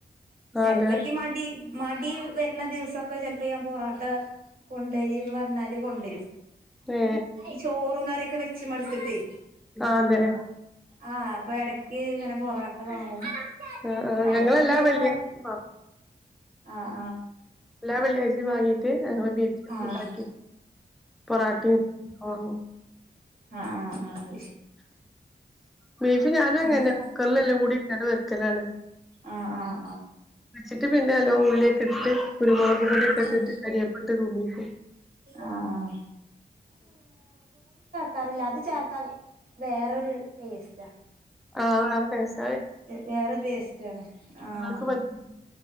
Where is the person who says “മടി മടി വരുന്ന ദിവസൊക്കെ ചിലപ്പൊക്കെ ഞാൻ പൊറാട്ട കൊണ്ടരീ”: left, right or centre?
Right